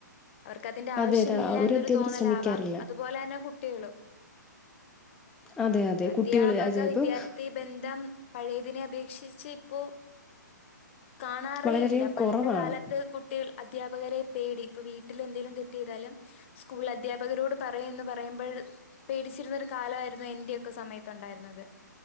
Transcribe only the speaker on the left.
അവർക്കതിന്റെ ആവശ്യമില്ലന്നൊരു
തോന്നലാവാം
അതുപോലെ തന്നെ കുട്ടിളും
അധ്യാപക
വിദ്യാർത്ഥി ബന്ധം പഴയതിനെ അപേക്ഷിച്ച് ഇപ്പോ കാണാറേ
ഇല്ല പണ്ട്
കാലത്ത് കുട്ടിള് അധ്യാപകരെ പേടി ഇപ്പൊ വീട്ടിൽ എന്തെലും തെറ്റയ്താലും സ്കൂള അധ്യാപകരോട് പറയും എന്ന് പറയുമ്പഴ് പേടിച്ചിരുന്ന ഒരു കാലായിരുന്നു എന്റെയൊക്കെ സമയത്തുണ്ടായിരുന്നത്